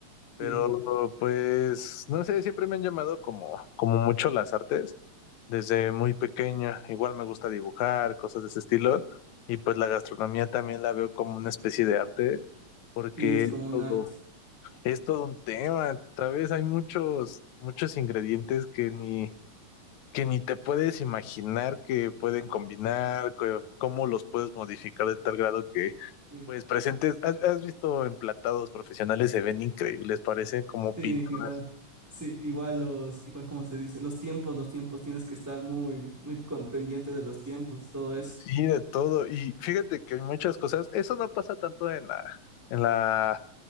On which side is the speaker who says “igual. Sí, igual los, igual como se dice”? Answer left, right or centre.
Centre